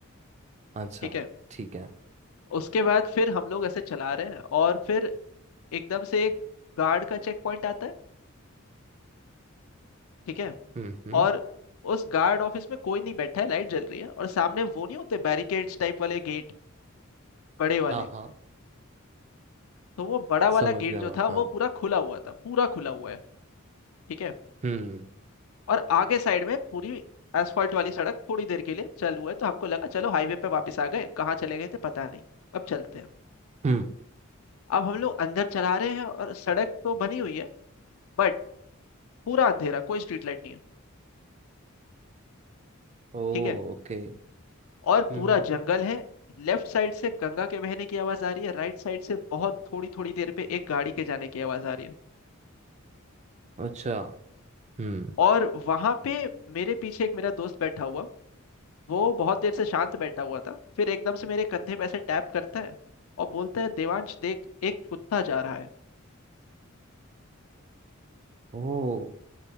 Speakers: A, on the right; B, on the left.
A: अच्छा
B: ठीक है
A: ठीक है
B: उसके बाद फिर हम लोग ऐसे चला रहे हैं और फिर एकदम से एक गार्ड का चेक पॉइंट आता है ठीक है
A: हम्म हम्म
B: और उस गार्ड ऑफिस में कोई नहीं बैठा है लाइट जल रही है और सामने वो नहीं होते बैरिकेड्स टाइप वाले गेट बड़े वाले
A: हाँ हाँ
B: तो वो बड़ा वाला
A: समझ
B: गेट
A: गया
B: जो
A: मैं
B: था
A: हाँ
B: वो पूरा खुला हुआ था पूरा खुला हुआ है ठीक है
A: हम्म
B: और आगे साइड में पूरी एसफॉल्ट वाली सड़क थोड़ी देर के लिए चल हुआ है तो हमको लगा चलो हाईवे पे वापस आ गए कहाँ चले गए थे पता नहीं अब चलते हैं
A: हम्म
B: अब हम लोग अंदर चला रहे हैं और सड़क तो बनी हुई है बट पूरा अंधेरा कोई स्ट्रीट लाइट नहीं है
A: ओ
B: ठीक है
A: ओके
B: और
A: हम्म
B: पूरा
A: हम्म
B: जंगल है लेफ्ट साइड से गंगा के बहने की आवाज आ रही है राइट साइड से बहुत थोड़ी थोड़ी देर पे एक गाड़ी के जाने की आवाज आ रही है
A: अच्छा हम्म
B: और वहां पे मेरे पीछे एक मेरा दोस्त बैठा हुआ वो बहुत देर से शांत बैठा हुआ था फिर एकदम से मेरे कंधे पे ऐसे टैप करता है और बोलता है देवांश देख एक कुत्ता जा रहा है
A: ओ